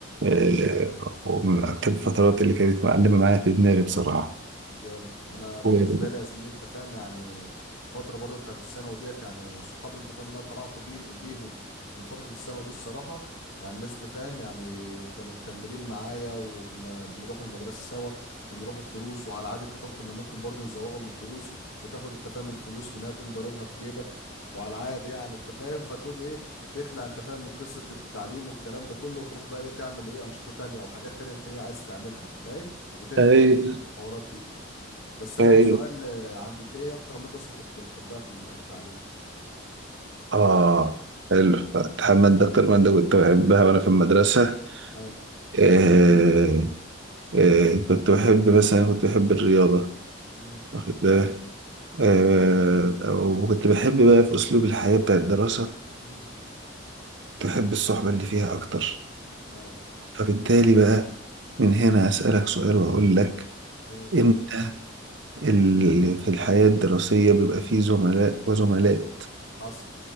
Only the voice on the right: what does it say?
آه، ومن أكتر الفترات اللي كانت معلمة معايا في دماغي بصراحة
<laughs>
أي
أي
آه حلو محمد ده أكتر مادة كنت بحبها وأنا في المدرسة
آه آه كنت بحب مثلا كنت بحب الرياضة
واخد بالك آه وكنت بحب بقى في أسلوب الحياة بتاع الدراسة
كنت بحب الصحبة اللي فيها أكتر
فبالتالي بقى من هنا أسألك سؤال وأقول لك
انت ال- في الحياة الدراسية بيبقى فيه زملاء وزملاء